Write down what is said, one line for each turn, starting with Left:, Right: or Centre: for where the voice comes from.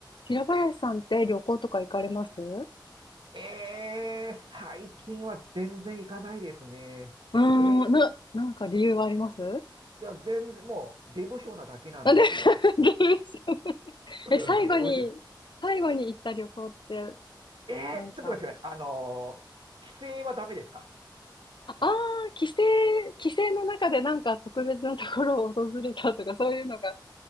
Left: 平林さんって旅行とか行かれますう
Right: ええ最近は全然行かないですね。
Left: ーん、
Right: えー
Left: な、なんか理由はあります
Right: いや、全然、もう、出不精なだけなんですよ。
Left: なんで <laughs> 理由知らない <laughs>
Right: <laughs>
Left: え、最後に、
Right: 出不精。
Left: 最後に行った旅行って、
Right: えー、
Left: なんか、
Right: ちょっと待ってくださいねあのー帰省はダメですか
Left: ああー、帰省、帰省の中でなんか特別なところを訪れたとか、そういうのが